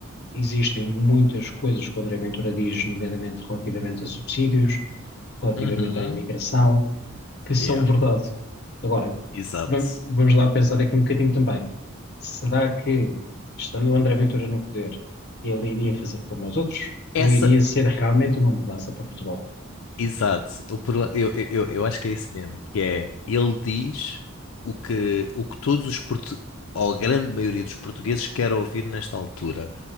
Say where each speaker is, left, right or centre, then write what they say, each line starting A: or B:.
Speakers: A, on the left; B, on the left.
A: existem muitas coisas que o André Ventura diz, nomeadamente relativamente a subsídios, relativamente
B: Uhum.
A: à imigração, que são
B: Yeah.
A: verdade. Agora,
B: Exato.
A: vam- vamos lá pensar aqui um bocadinho também. Será que, estando o André Ventura no poder, ele iria fazer como os outros?
B: Essa,
A: Ou iria ser realmente uma mudança para Portugal?
B: exato. O problema, eu, eu, eu eu acho que é isso mesmo, que é, ele diz o que, o que todos os portu, ou a grande maioria dos portugueses quer ouvir nesta altura.